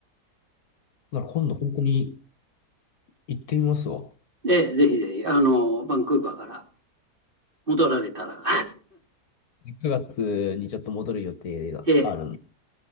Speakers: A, on the left; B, on the right.
A: なら今度本当に行ってみますわ。
B: で、ぜひぜひ、あの、バンクーバーから戻られたら、
A: 9月にちょっと戻る予定があるんで。
B: <laughs> ええ、